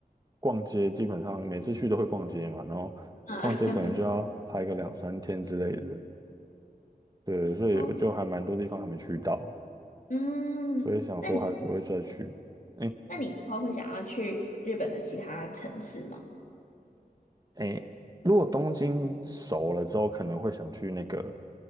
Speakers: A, on the right; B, on the left.
A: 逛街，基本上每次去都会逛街嘛，然后逛街可能就要拍个两三天之类的，
B: 嗯
A: 对，所以我就还蛮多地方还没去到，
B: 哦嗯，
A: 所以想说还是会再去。
B: 那你
A: 哎
B: 那你以后会想要去日本的其他城市吗？
A: 哎，如果东京熟了之后，可能会想去那个